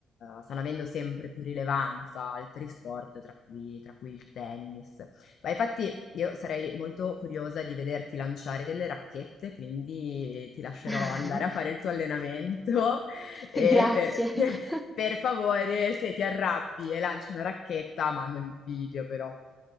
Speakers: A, on the left; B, in the centre.
A: stanno avendo sempre più rilevanza altri sport, tra cui, tra cui il tennis, ma infatti io sarei molto curiosa di vederti lanciare delle racchette, quindi ti lascerò
B: <laughs>
A: andare a fare il tuo allenamento <laughs> e
B: Grazie.
A: per,
B: <laughs>
A: <laughs> per favore, se ti arrabbi e lanci una racchetta, mandami il video però.